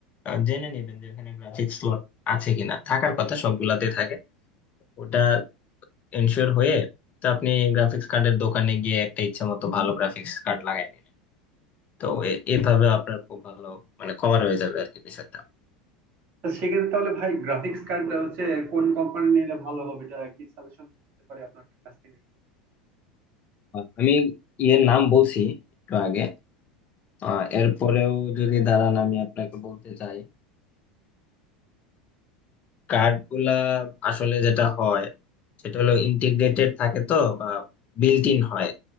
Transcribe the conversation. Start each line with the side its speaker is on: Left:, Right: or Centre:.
Left: আহ, জেনে নেবেন যে ওখানে গ্রাফিক্স স্লট আছে কিনা থাকার কথা সবগুলাতেই থাকে ওটা এনশিওর হয়ে তো আপনি গ্রাফিক্স কার্ডের দোকানে গিয়ে একটা ইচ্ছা মতো ভালো গ্রাফিক্স কার্ড লাগাই নিলেন তো এ- এভাবে আপনার খুব ভালো মানে কভার হয়ে যাবে আর কি বিষয়টা
Right: তো সেক্ষেত্রে তাহলে ভাই গ্রাফিক্স কার্ড হচ্ছে কোন কোম্পানি নিলে ভালো হবে এটা কি সাজেশন দিতে পারি আপনার কাছ থেকে
Left: আহ, আমি ইয়ের নাম বলছি একটু আগে আহ, এরপরেও যদি দাঁড়ান আমি আপনাকে বলতে চাই কার্ড গুলা আসলে যেটা হয় সেটা হলো
Right: হুম
Left: ইন্টিগ্রেটেড থাকে তো বা বিল্ট ইন হয়